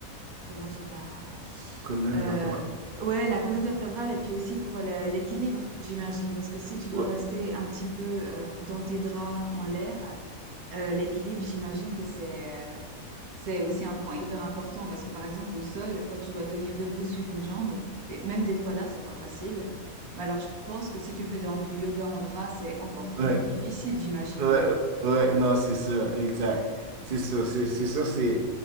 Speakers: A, on the right; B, on the right.
A: comment dire, la,
B: colonne
A: euh,
B: vertébrale.
A: ouais, la colonne vertébrale et puis aussi pour le- l'équilibre, j'imagine, parce que si tu dois
B: Ouais,
A: rester un petit peu euh, dans tes draps en l'air, euh, l'équilibre, j'imagine que c'est, euh, c'est aussi un point hyper important, parce que par exemple au sol, quand tu dois tenir debout sur une jambe, et même des fois là, c'est pas facile. Mais alors je pense que si tu fais dans du yoga en drap, c'est encore
B: ouais,
A: plus difficile, j'imagine.
B: ouais, ouais, non, c'est ça, exact. C'est sûr, c'est c'est sûr, c'est